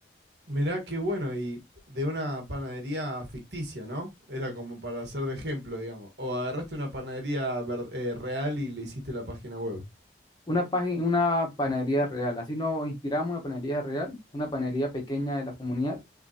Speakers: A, on the right; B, on the left.
A: Mirá qué bueno, y de una panadería ficticia, ¿no? Era como para hacer de ejemplo, digamos. O agarraste una panadería ver- eh, real y le hiciste la página web.
B: Una página, una panadería real. Así nos inspiramos una panadería real, una panadería pequeña de la comunidad.